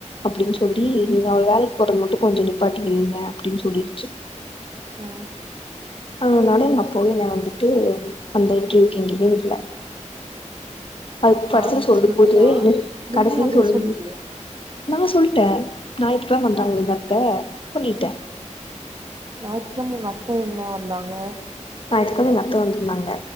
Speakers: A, on the left; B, on the right.
A: அப்டின்னு சொல்லி நீங்க அவ வேலைக்கு போறத மட்டு நிப்பாட்டி வைங்க அப்டினு சொல்லிச்
B: உம்
A: அதனால எங்க அப்பாவு என்னைய வந்துட்டு அந்த இன்ட்ரியூ எங்கேயுமே விடல அது
B: நா
A: படிசேன்னு
B: என்ன
A: சொல்லும்
B: சொல்றேன்னா
A: போதே எனக்
B: நீயு
A: கடைசினு
B: அதே
A: சொல்லு
B: சொல்லிரு
A: நா சொல்ட்டே நா இதுக்லா பண்ற ஆளு இல்லத்த
B: ஞாயித்துக்கெழம உங்க அத்த என்ன வந்தாங்க
A: ஞாயித்துக்கெழம எங்க அத்த வந்திருந்தாங்க